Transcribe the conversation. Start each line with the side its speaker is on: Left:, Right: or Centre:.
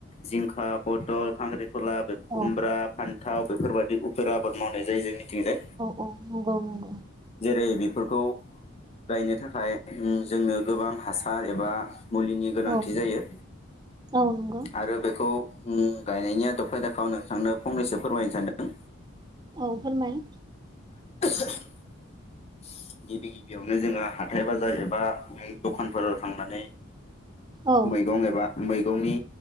Left: जिंखा, पथल, खांख्रि खला खुमब्रा
Right: औ
Left: फान थाव बेफोरबायदि उफेरा आबाद मावनाय जायो जोंनि थिंजाय,
Right: औ औ नंगौ नंगौ
Left: जेरै बेफोरखौ गायनो थाखाय उम जोंनो गोबां हासार एबा मुलिनि गोनांथि
Right: औ
Left: जायो
Right: औ नंगौ
Left: आरो बेखौ गायनायनि आथ खायदाखौ आं नों थांनो फंनैसो फोरमायनो सानदों।
Right: औ फोरमाय
Left: <inaudible> गिबि गिबियावनो जोङो हाथाय बाजार एबा दखानफोराव थांनानै
Right: औ
Left: मैगं एबा मै गंनि